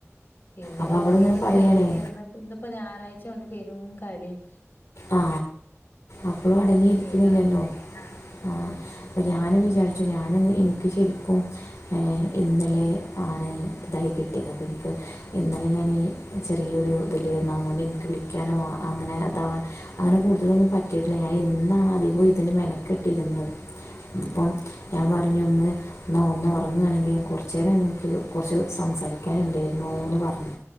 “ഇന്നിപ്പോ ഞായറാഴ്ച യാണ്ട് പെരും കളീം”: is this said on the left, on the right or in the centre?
Left